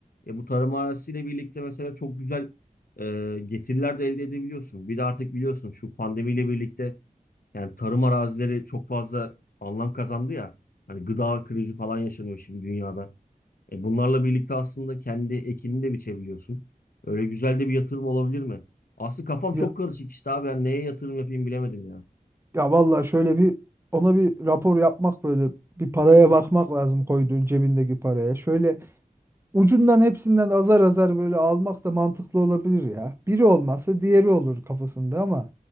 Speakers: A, on the left (about 75°); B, on the right (about 15°).
A: E bu tarım arazisiyle birlikte mesela çok güzel e, getiriler de elde edebiliyorsun. Bir de artık biliyorsun şu pandemiyle birlikte yani tarım arazileri çok fazla anlam kazandı ya. Hani gıda krizi falan yaşanıyor şimdi dünyada. E bunlarla birlikte aslında kendi ekini de biçebiliyorsun. Öyle güzel de bir yatırım olabilir mi? Aslı kafam
B: ya,
A: çok karışık işte abi. Ben neye yatırım yapayım bilemedim ya.
B: ya vallahi şöyle bir ona bir rapor yapmak böyle bir paraya bakmak lazım koyduğun cebindeki paraya. Şöyle ucundan hepsinden azar azar böyle almak da mantıklı olabilir ya. Biri olmazsa diğeri olur kafasında ama